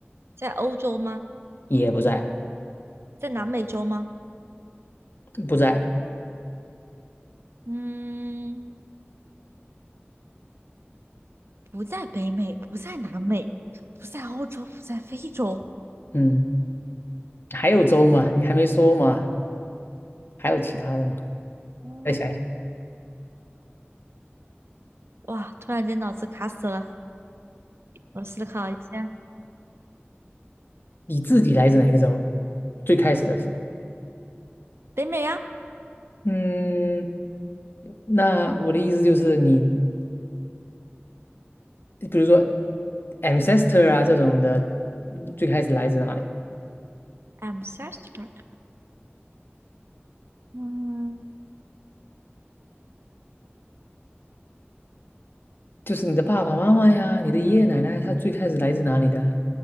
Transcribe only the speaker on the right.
在欧洲吗？
在南美洲吗？
嗯，不在北美，不在南美，不在欧洲，不在非洲。
嗯，
哇，突然间脑子卡死了，我思考一下，
北美啊
，I'm s t a r s r c k 嗯，